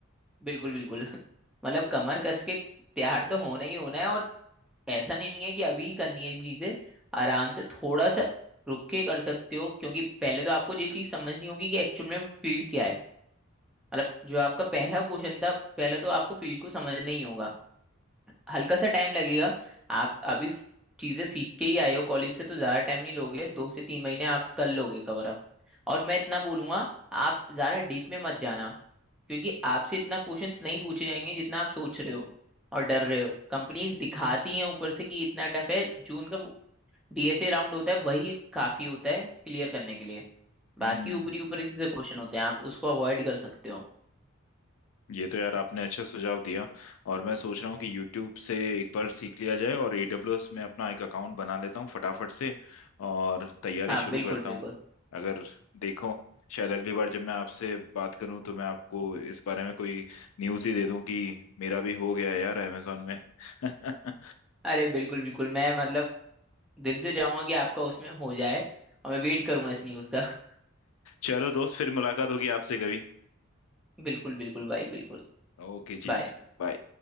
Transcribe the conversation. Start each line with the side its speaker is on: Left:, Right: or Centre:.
Centre: बिल्कुल बिल्कुल <laughs> मतलब कमर कस के तैयार तो होना ही होना है और ऐसा नहीं है कि अभी ही करनी है चीजें आराम से थोड़ा सा रुक के कर सकते हो क्योंकि पहले तो आपको ये चीज समझनी होगी कि एक्चुअल में वो फील्ड क्या है मतलब जो आपका पहला क्वेश्चन था पहले तो आपको फील्ड को समझना ही होगा हल्का सा टाइम लगेगा आप अभी फ- चीजें सीख के ही आए हो कॉलेज से तो ज्यादा टाइम नहीं लोगे दो से तीन महीने आप कर लोगे कवर अप और मैं इतना बोलूंगा आप ज्यादा डीप में मत जाना क्योंकि आपसे इतना क्वेश्चंस नहीं पूछे जाएंगे जितना आप सोच रहे हो और डर रहे हो कंपनीज
Left: हम्म
Centre: दिखाती हैं ऊपर से कि इतना टफ है जो उनका डीएसए राउंड होता है वही काफी होता है क्लियर करने के लिए बाकी
Left: हम्म।
Centre: ऊपरी ऊपरी से क्वेश्चन होते हैं आप उसको अवॉइड कर सकते हो
Left: ये तो यार आपने अच्छा सुझाव दिया और मैं सोच रहा हूँ कि YouTube से एक बार सीख लिया जाए और AWS में अपना एक अकाउंट बना लेता हूँ फटाफट से और तैयारी
Centre: हाँ
Left: शुरू
Centre: बिल्कुल
Left: करता
Centre: बिल्कुल
Left: हूँ अगर देखो शायद अगली बार जब मैं आपसे बात करूँ तो मैं आपको इस बारे में कोई न्यूज़ ही दे दूँ कि मेरा भी हो गया है यार Amazon में <laughs>
Centre: अरे बिल्कुल बिल्कुल मैं मतलब दिल से चाहूंगा कि आपका उसमें हो जाए और मैं वेट करूंगा इस न्यूज़ का <laughs>
Left: चलो दोस्त फिर मुलाकात होगी आपसे कभी
Centre: बिल्कुल बिल्कुल भाई बिल्कुल
Left: ओके जी
Centre: बाय
Left: बाय